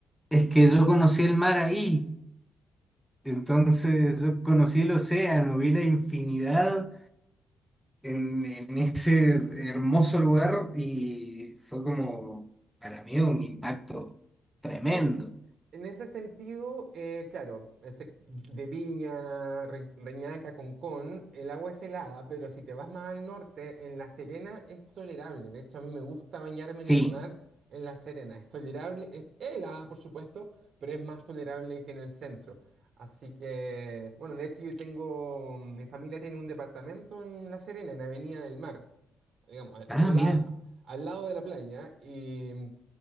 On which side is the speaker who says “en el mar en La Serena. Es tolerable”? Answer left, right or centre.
Right